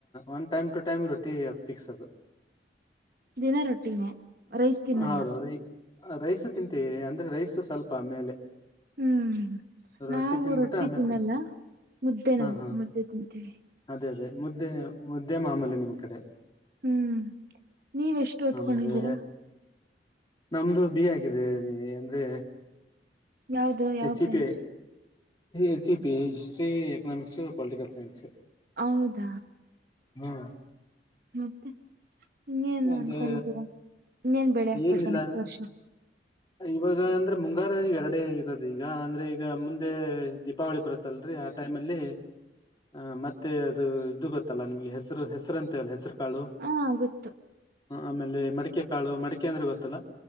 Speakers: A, on the left (about 25°); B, on the right (about 55°).
A: ಒನ್ ಟೈಮ್ ಟು ಟೈಮ್ ರೊಟಿ ಅದು ಪಿಕ್ಸ್ ಅದು.
B: ದಿನ ರೊಟ್ಟಿನೇ ರೈಸ್ ತಿನ್ನಲ್ಲ.
A: ಹೌದೌದು ಈ ರೈಸ್ ತಿಂತೀವಿ ಅಂದ್ರೆ ರೈಸ್ ಸ್ವಲ್ಪ ಮೇಲೆ.
B: ಹ್ಮ್
A: ರೊಟ್ಟಿ
B: ನಾವು
A: ತಿಂದ್ಬಿಟ್ಟು
B: ರೊಟ್ಟಿ
A: ಆಮೇಲೆ
B: ತಿನ್ನಲ್ಲ
A: ರೈಸ್
B: ಮುದ್ದೆ
A: ಹಾ
B: ನಾವು
A: ಹಾ
B: ಮುದ್ದೆ ತಿಂತೀವಿ.
A: ಅದೇ ಅದೇ ಮುದ್ದೆ ಮುದ್ದೆ ಮಾಮೂಲಿ ನಿಮ್ಮ್ ಕಡೆ
B: ಹ್ಮ್ ನೀವೆಷ್ಟು ಓದಿಕೊಂಡಿದಿರ
A: ಅಂದ್ರೆ ನಮ್ದು ಡಿ ಹಾಗಿದೇ ಅಂದ್ರೆ
B: ಯಾವ್ದ ಯಾವ
A: H E
B: branch.
A: P H E P history economics political science
B: ಹೌದ.
A: ಹ್ಮ.
B: ಮತ್ತೆ. ಇನ್ನೇನ್
A: ಅದೇ
B: ಅನ್ಕೊಂಡಿದ್ದೀರಾ ಇನ್ನೇನ್ ಬೆಳೆ ಹಾಕ್ಬೇಕು
A: ಏನಿಲ್ಲ
B: ನೆಕ್ಸ್ಟ್ ವರ್ಷ.
A: ಇವಾಗ ಅಂದ್ರೆ ಮುಂಗಾರು ಎರಡೆ ಇರದಿಗಾ ಈಗ ಅಂದ್ರೆ ಈಗ ಮುಂದೆ ದೀಪಾವಳಿ ಬರುತ್ತಲ್ರಿ. ಆ ಟೈಮ್ ಅಲ್ಲಿ ಆ ಮತ್ತೆ ಅದು ಇದು ಗೊತ್ತಲ್ಲ ನಿಮಗೆ ಹೆಸ್ರು ಹೆಸ್ರ್ ಅಂತಿವಲ್ ಹೆಸರ್ ಕಾಳು
B: ಹ ಗೊತ್ತು
A: ಆಮೇಲೆ ಮಡಿಕೆ ಕಾಳು ಮಡಿಕೆ ಅಂದ್ರೆ ಗೊತ್ತಲ್ಲ.